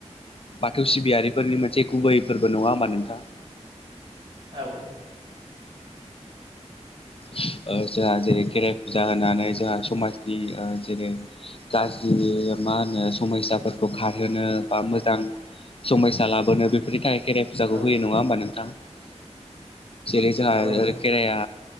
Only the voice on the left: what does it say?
बाथौ सिबियारिफोरनि मोनसे गुबैफोरबो नङा होमबा नोंथां
ओ जोंहा जेरै खेराइ फुजा होनानै जोंहा समाजनि जेरै गाज्रि मा होनो समयसाफोरखौ खारहोनो बा मोजां समयसा लाबोनो बेफोरनि थाखाय खेराइ फुजाखौ
होयो नङा होमबा नोंथां जेरै जोंहा
ओरै खेराइआ